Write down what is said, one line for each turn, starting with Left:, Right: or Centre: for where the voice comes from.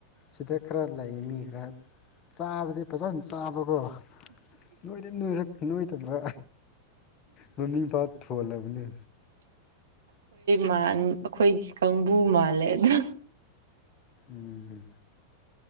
Left: ꯁꯤꯗ ꯈꯔ ꯂꯩ ꯃꯤ ꯈꯔ ꯆꯥꯕꯗꯤ ꯐꯖꯅ ꯆꯥꯕꯀꯣ ꯅꯣꯏꯗꯤ ꯅꯣꯏꯔꯛ ꯅꯣꯏꯗꯕ꯭ꯔꯥ ꯃꯃꯤꯡ ꯄꯥ ꯊꯣꯜꯂꯕꯅꯦ
Right: ꯃꯥꯟ ꯑꯈꯣꯏꯒꯤ ꯀꯥꯡꯕꯨ ꯃꯥꯜꯂꯦ ꯑꯗꯨ
Left: ꯎꯝ